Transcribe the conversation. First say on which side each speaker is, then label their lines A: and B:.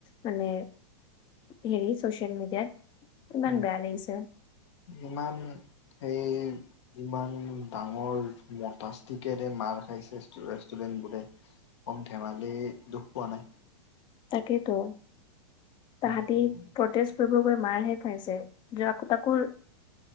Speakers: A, on the left; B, on the left.
A: মানে। হেৰি চচিয়েল মিডিয়াত। ইমান
B: উম
A: বেয়া লাগিছে
B: ইমান সেই। ইমান ডাঙৰ মতাচতিকেৰে মাৰ খাইছে মতেষ্ট ৰেষ্টুৰেণ্ট বোৰে। কম ধেমালি দুখ পোৱা নাই।
A: তাকেতো তাহাঁতি
B: উম হম
A: প্ৰতেষ্ট। কৰিব গৈ মাৰহে খাইছে য আকৌ তাকো।